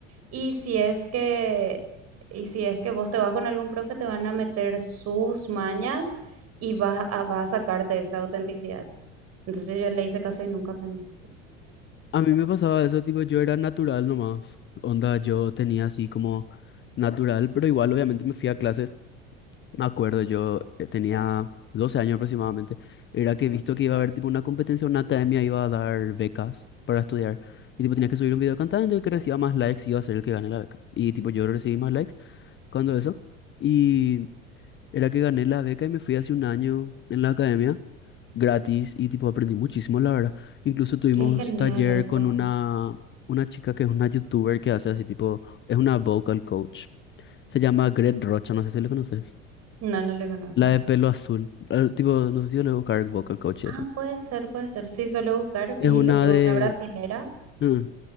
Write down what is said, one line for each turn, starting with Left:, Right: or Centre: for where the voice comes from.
Right: y si es que, y si es que vos te vas con algún profe, te van a meter sus mañas y vas a, vas a sacarte esa autenticidad. Entonces yo le hice caso y nunca aprendí.
Left: A mí me pasaba eso, tipo, yo era natural nomás. Onda, yo tenía así como natural, pero igual obviamente me fui a clases. Me acuerdo, yo eh, tenía 12 años aproximadamente. Era que visto que iba a haber tipo una competencia, una academia iba a dar becas para estudiar. Y tipo tenía que subir un video cantando y el que reciba más likes iba a ser el que gane la beca. Y tipo yo recibí más likes cuando eso. y Era que gané la beca y me fui hace un año en la academia gratis y tipo aprendí muchísimo, la verdad. Incluso tuvimos
Right: Qué genial
Left: taller
Right: eso.
Left: con una, una chica que es una youtuber que hace así tipo, es una vocal coach. Se llama Gret Rocha, no sé si le conoces.
Right: No, no le conozco.
Left: La de pelo azul. eh, Tipo, no sé si yo le voy a buscar vocal coach
Right: Ah,
Left: y eso.
Right: puede ser, puede ser. Sí, suelo buscar
Left: Es
Right: y
Left: una
Right: les iba
Left: de...
Right: a una brasilera
Left: mm,